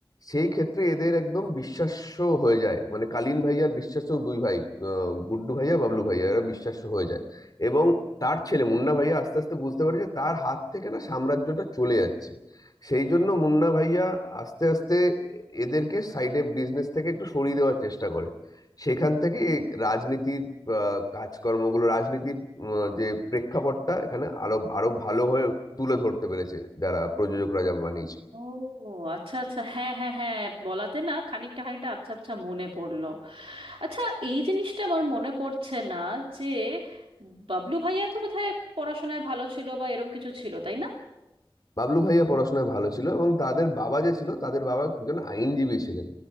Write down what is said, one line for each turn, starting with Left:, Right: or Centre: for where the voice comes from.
Left: সেই ক্ষেত্রে এদের একদম বিশ্বাস্য হয়ে যায় মানে কালীন ভাইয়ার বিশ্বাস্য দুই ভাই আহ, গুড্ডু ভাইয়া বাবলু ভাইয়া এরা বিশ্বাস্য হয়ে যায় এবং তার ছেলে মুন্না ভাইয়া আস্তে আস্তে বুঝতে পারে যে তার হাত থেকে না সাম্রাজ্যটা চলে যাচ্ছে সেই জন্য মুন্না ভাইয়া আস্তে আস্তে এদেরকে সাইডে বিজনেস থেকে একটু সরিয়ে দেওয়ার চেষ্টা করে সেখান থেকে এই রাজনীতির আহ, কাজকর্মগুলো রাজনীতির উম, যে প্রেক্ষাপটটা এখানে আরো আরো ভালো হয়ে তুলে ধরতে পেরেছে যারা প্রযোজকরা যা বানিয়েছে
Right: ও আচ্ছা আচ্ছা হ্যাঁ হ্যাঁ হ্যাঁ বলাতে না খানিকটা খানিকটা আবছা আবছা মনে পড়লো আচ্ছা এই জিনিসটা আমার মনে পড়ছে না যে বাবলু ভাইয়া তো বোধহয় পড়াশোনায় ভালো ছিল বা এরম কিছু ছিল তাই না
Left: বাবলু ভাইয়া পড়াশোনায় ভালো ছিল এবং তাদের বাবা যে ছিল তাদের বাবা একজন আইনজীবী ছিলেন